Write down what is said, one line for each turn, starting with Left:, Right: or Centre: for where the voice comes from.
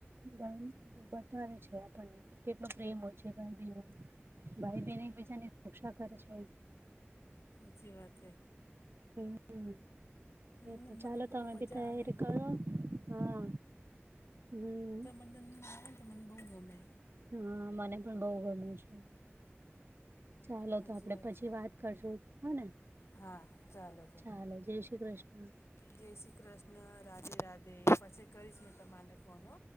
Right: <inaudible> બતાવે છે આપણને કેટલો પ્રેમ હોય છે ભાઈ બનો ભાઈ બન એક બીજાને રક્ષા કરે છે. ચાલ.
Left: સાચી વાત છે.
Right: <unintelligible> એ
Left: મને
Right: તો
Left: મને
Right: ચાલો
Left: બહુ
Right: તમે
Left: મજા
Right: બી તૈયારી
Left: આવે એમ
Right: કરો, હા, હમ્મ.
Left: મ આવે ને તો મને બહુ ગમે.
Right: હા મને પણ બહુ ગમે છે, ચાલો
Left: સાચી
Right: તો આપડે પછી
Left: છે
Right: વાત કરશો ને
Left: હા તો
Right: ચાલો જય શ્રી કૃષ્ણ.
Left: જય શ્રી કૃષ્ણ, રાધે રાધે પછી કરીશ મેં તમાને ફોનો